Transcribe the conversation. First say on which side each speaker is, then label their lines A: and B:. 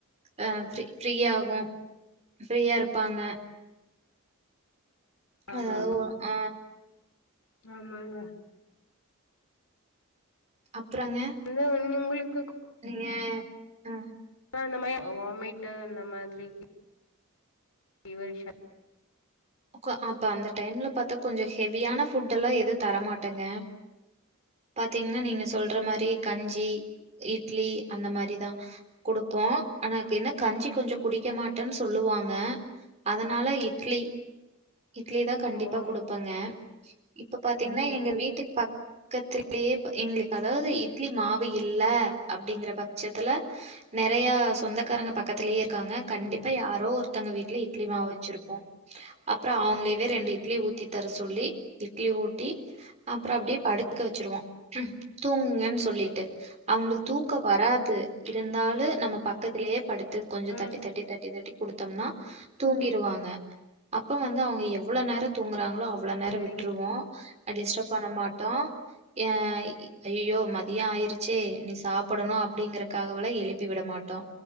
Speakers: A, on the right; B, on the left.
A: அ ஃப்ரீ ஃப்ரீயகு ஃப்ரீயா இருப்பாங்க
B: ஆமா
A: அதாவது
B: மா
A: ஒ ஆ
B: ஆமாங்க
A: அப்றோங்க
B: அந்த ஒன்னி உங்குளுக்
A: நீங்க அ
B: அ இந்த மாய அ வாமிட்டு் இந்த மாதிரி ஃபிவரிஷா
A: உக்கா அப்ப அந்த டைம்ல பாத்தா கொஞ்சோ ஹெவியான ஃபுட் எல்லா எது தரமாட்டேங்க பாத்தீங்னா நீங்க சொல்ற மாரி கஞ்சி இட்லி அந்த மாரிதா குடுப்போ அனக் எனக் கஞ்சி கொஞ்சோ குடிக்க மாட்டேன் சொல்லுவாங்க அதனால இட்லி இட்லிதா கண்டிப்பா
B: ஓ
A: குடுப்பாங்க இப்ப பாத்தீங்னா
B: செரி செரிங்
A: எங்க வீட்டுக் பக்கத்து லியேப் எங்ளுக்கு அதாவ்து இட்லி மாவு இல்ல அப்டிங்கிற பட்சத்துல நெறையா சொந்தகாரங்க பக்கத்திலியேருக் க்காங்க கண்டிப்பா
B: ம்
A: யாரோ ஒருத்தங்க வீட்ல இட்லி மாவு வெச்சிருப்போ அப்புறோ அவங்களயே ரெண்டு இட்லி ஊத்தி தர சொல்லி இட்லி ஊட்டி அப்புறோ அப்டியே படுக்க வச்சிருவோம் தூங்குங்க சொல்லிட்டு அவங்களுக்கு தூக்கோ வராது இருந்தாலு
B: ம்
A: நம்ம பக்கத்திலேயே படுத்து கொஞ்சோ
B: ம்
A: தட்டி தட்டி தட்டி தட்டி குடுத்தோம்னா தூங்கிடுவாங்க அப்போ வந்து அவங்க எவ்ளோ நேரம் தூங்குறாங்களோ அவ்ளோ நேரோ
B: செரிங்க
A: விட்டுருவோ டிஸ்டர்ப பண்ண மாட்டோ ஏன் அய்அய்யோ மதியம ஆயிடுச்சே நீ சாப்பிடணணூ அப்படிங்கறக் காகவல்லா எலுப் பி விட மாட்டோ